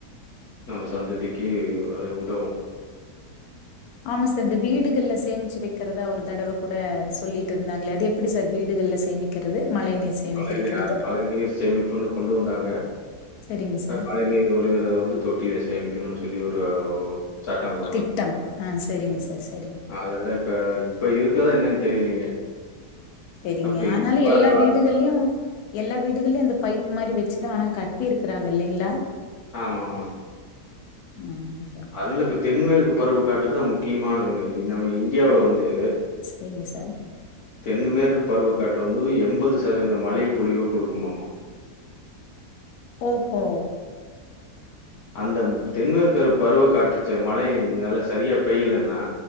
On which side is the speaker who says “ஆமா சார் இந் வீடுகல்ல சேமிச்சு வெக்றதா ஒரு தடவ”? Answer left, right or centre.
Left